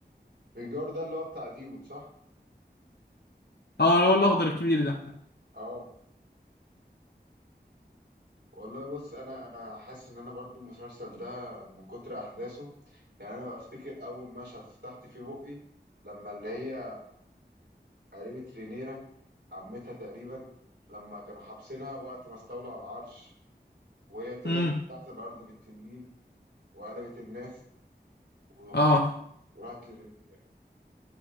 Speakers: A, on the right; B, on the left.
A: ريجار ده اللي هو بتاع ديمون صح؟
B: اه اللي هو الاخضر الكبير ده
A: اه والله بص انا انا حاسس ان انا برضو المسلسل ده من كتر احداثه يعني انا بفتكر اول مشهد فتحت فيه بقي لما اللي هي قريبة رينيرا عمتها تقريبا لما كانوا حابسينها وقت ما استولوا على العرش وهي طلعت
B: امم
A: من تحت الارض بالتنين وقلبت الناس وهرب
B: اه
A: وراحت لرينيرا